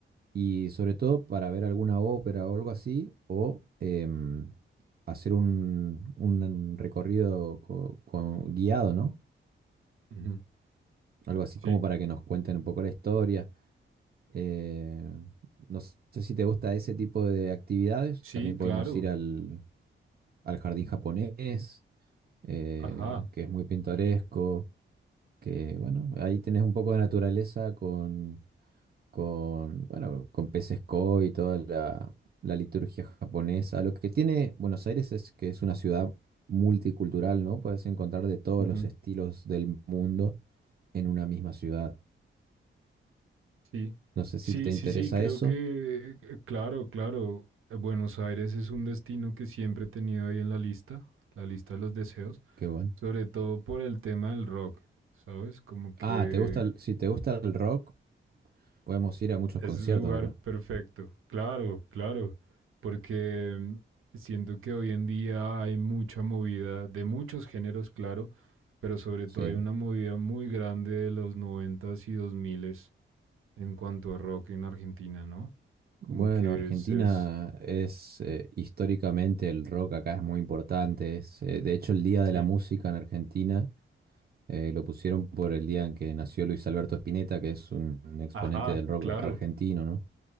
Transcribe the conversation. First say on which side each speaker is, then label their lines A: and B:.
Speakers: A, on the right; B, on the right.
A: y sobre todo para ver alguna ópera o algo así, o em, hacer un, un recorrido co- con- guiado, ¿no?
B: Ujú.
A: Algo así como
B: Sí.
A: para que nos cuenten un poco la historia. Eh, no sé si te gusta ese tipo de actividades.
B: Sí,
A: También podemos
B: claro.
A: ir al, al jardín japonés, eh,
B: Ajá.
A: que es muy pintoresco, que bueno, ahí tenés un poco de naturaleza con, con, bueno, con peces koi y toda la, la liturgia japonesa. Lo que tiene Buenos Aires es que es una ciudad multicultural, ¿no? Puedes encontrar de todos
B: Ujú.
A: los estilos del mundo en una misma ciudad.
B: Sí.
A: No sé si
B: Sí,
A: te interesa
B: sí, sí, creo
A: eso,
B: que, eh, claro, claro. eh, Buenos Aires es un destino que siempre he tenido ahí en la lista, la lista de los deseos,
A: qué bueno.
B: sobre todo por el tema del rock, ¿sabes? Como que...
A: Ah, ¿te gusta el- si te gusta el rock, podemos ir a muchos
B: Es
A: conciertos
B: el lugar
A: acá.
B: perfecto, claro, claro, porque siento que hoy en día hay mucha movida de muchos géneros, claro, pero sobre
A: Sí.
B: todo hay una movida muy grande de los noventas y dos miles en cuanto a rock en Argentina, ¿no? Como
A: Bueno,
B: que
A: Argentina
B: es, es,
A: es eh, históricamente el rock acá es muy importante. es, eh, de hecho, el Día
B: sí.
A: de la Música en Argentina eh, lo pusieron por el día en que nació Luis Alberto Spinetta, que es un, un exponente
B: Ajá,
A: del rock
B: claro,
A: argentino, ¿no?